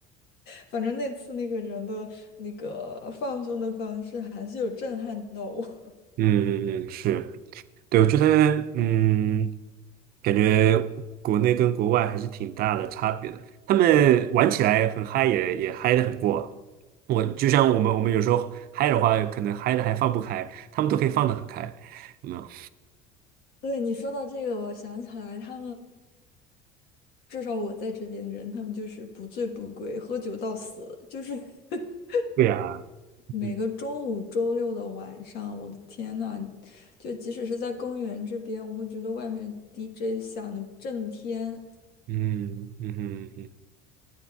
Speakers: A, on the left; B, on the right.
A: 反正那次那个人的那个放松的方式还是有震撼到我。<laughs>
B: 嗯嗯嗯，是。对，我觉得，嗯，感觉国内跟国外还是挺大的差别的。他们玩起来很嗨也，也嗨的很过。我就像我们，我们有时候嗨的话，可能嗨的还放不开，他们都可以放得很开。有没有？
A: 对，你说到这个，我想起来他们至少我在这边的人，他们就是不醉不归，喝酒到死，就是 <laughs>
B: <laughs> 对呀，
A: 每个周五、
B: 嗯
A: 周六的晚上，我的天呐，就即使是在公园这边，我会觉得外面的 DJ 响的震天，
B: 嗯嗯哼嗯哼，